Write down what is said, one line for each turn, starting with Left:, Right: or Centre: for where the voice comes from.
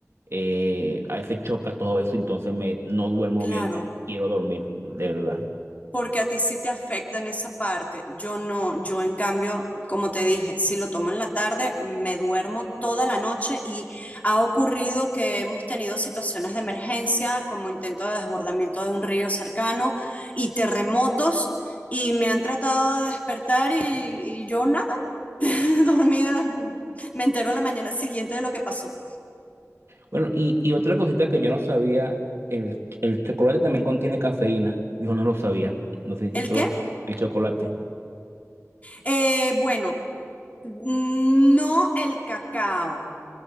Right: eh, a veces choca todo eso, entonces me, no duermo
Left: claro.
Right: bien cuando quiero dormir, de verdad.
Left: porque a ti sí te afecta en esa parte. Yo no, yo en cambio, como te dije, si lo tomo en la tarde, me duermo toda la noche y ha ocurrido que hemos tenido situaciones de emergencia, como intento de desbordamiento de un río cercano y terremotos. Y me han tratado de despertar y, y yo nada, <laughs> dormida. Me entero a la mañana siguiente de lo que pasó.
Right: Bueno, y, y otra cosita que yo no sabía, el, el chocolate también contiene cafeína. Yo no lo sabía. No sé si
Left: ¿El
Right: tú
Left: qué?
Right: lo sabías. El chocolate.
Left: Eh, bueno, no el cacao